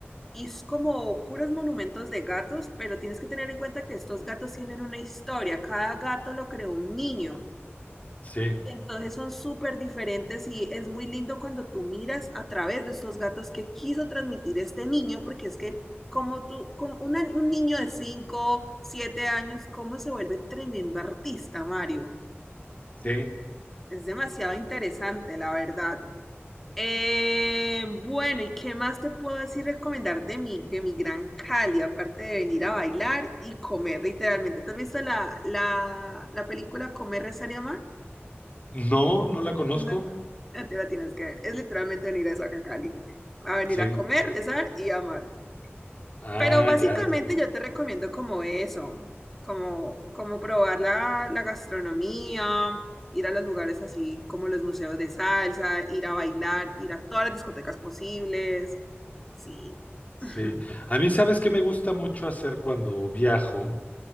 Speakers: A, in the centre; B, on the left.
A: y es como puros monumentos de gatos, pero tienes que tener en cuenta que estos gatos tienen una historia, cada gato lo creó un niño.
B: sí,
A: Y entonces son súper diferentes y es muy lindo cuando tú miras a través de estos gatos que quiso transmitir este niño, porque es que como tú, como una- un niño de 5 7 años, cómo se vuelve tremendo artista, Mario.
B: sí.
A: Es demasiado interesante, la verdad. Eh, bueno, ¿y qué más te puedo decir recomendar de mi, de mi gran Cali, aparte de venir a bailar y comer, literalmente? ¿Te has visto la, la, la película Comer, Rezar y Amar?
B: No, no la conozco.
A: No, ya te la tienes que ver. Es literalmente venir a esa Cali. A venir
B: Sí.
A: a comer, rezar y amar.
B: Ah,
A: Pero básicamente
B: ya, ya.
A: yo te recomiendo como eso, como, como probar la, la gastronomía, ir a los lugares así como los museos de salsa, ir a bailar, ir a todas las discotecas posibles. Sí,
B: Sí.
A: <laughs>
B: A mí, ¿sabes qué me gusta mucho hacer cuando viajo?